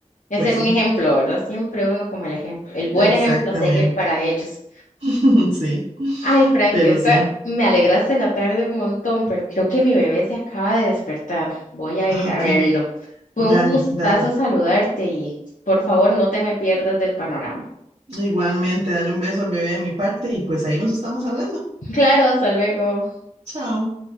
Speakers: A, on the left; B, on the right.
A: Es
B: pues
A: ser
B: sí.
A: un ejemplo, ¿verdad? Siempre uno como el ejemplo, el buen
B: Exactamente.
A: ejemplo a seguir para ellos.
B: <laughs> Sí,
A: Ay, Frankie,
B: pero
A: esta,
B: sí.
A: me alegraste la tarde un montón, pero creo que mi bebé se acaba de despertar. Voy a
B: Ah,
A: ir a
B: ok.
A: verlo. Fue
B: Dale,
A: un gustazo
B: dale.
A: saludarte y por favor no te me pierdas del panorama.
B: Igualmente, dale un beso al bebé de mi parte y pues ahí nos estamos hablando.
A: <laughs> Claro, hasta luego.
B: Chao.